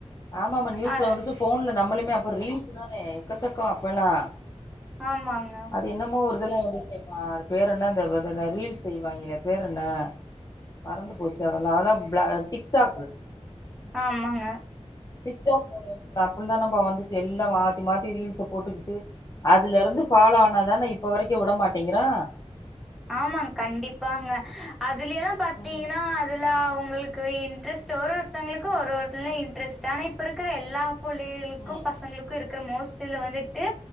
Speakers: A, on the left (about 30°); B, in the centre.
A: ஆமா ஆமா நியூஸ்ல
B: அ
A: வந்துச்சு போன்ல நம்மளுமே அப்ப ரீல்ஸ் சமே எக்கச்சக்க அப்போலா
B: ஆமாங்க
A: அது என்னமோ ஒரு இதெலா வந்து செய்மா அது பேர் என்ன இந்த பே பே இந்த ரீல்ஸ் செய்வாங்ளே அது பேர் என்ன மறந்து போச்சு அதுல்லா அதா பள டிக் டாக்கு
B: ஆமாங்க
A: டிக் டாக் அப்டி தா நம்ம வந்து எல்லா மாத்தி மாத்தி ரீல்ஸ போட்டுக்கிட்டு அதுல இருந்து ஃபாலோ ஆனாது தான இப்ப வரைக்கு உடமாட்டேங்கிறோ
B: ஆமாங்க கண்டிப்பாங்க அதுலே தா பாத்தீங்ன்னா
A: ம்
B: அதுல அவங்களுக்கு இன்ட்ரெஸ்ட் ஒரு ஒருத்தங்களுக்கு ஒரு ஒரு இதுல இன்ட்ரெஸ்ட் ஆனா இப்ப இருக்கற எல்லா புளிங்களுக்கு
A: ம்
B: பசங்களுக்கு இருக்கிற மோஸ்ட்ல வந்துட்டு